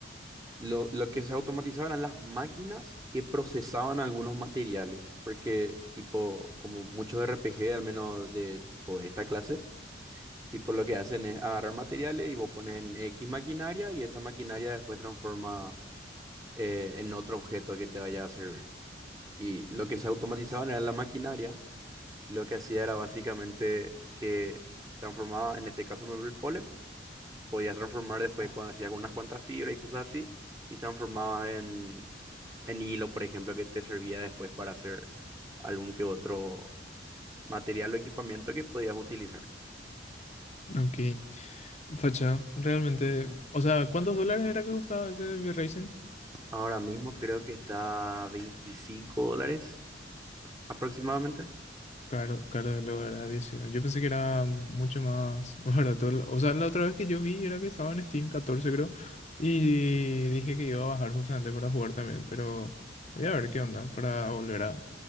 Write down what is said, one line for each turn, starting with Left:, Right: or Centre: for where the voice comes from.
Right: Lo, lo que se automatizaba eran las máquinas que procesaban algunos materiales, porque tipo, como muchos RPG, al menos de tipo de esta clase, tipo lo que hacen es agarrar materiales y vos pones en X maquinaria y esa maquinaria después transforma eh, en otro objeto que te vaya a servir. Y lo que se automatizaban era la maquinaria, y lo que hacía era básicamente que transformaba, en este caso, por ejemplo, el polen, podías transformar después cuando hacías unas cuantas fibras y cosas así, y transformabas en, en hilo, por ejemplo, que te servía después para hacer algún que otro material o equipamiento que podías utilizar.
Left: Ok, facha, realmente. O sea, ¿cuántos dólares era que costaba ese V-Racing?
Right: Ahora mismo creo que está a 25 dólares aproximadamente.
Left: Caro, caro de lograr había sido. Yo pensé que era mucho más <laughs> barato. O sea, la otra vez que yo vi era que estaba en Steam 14, creo. Y dije que iba a bajar justamente para jugar también. Pero voy a ver qué onda para volver a,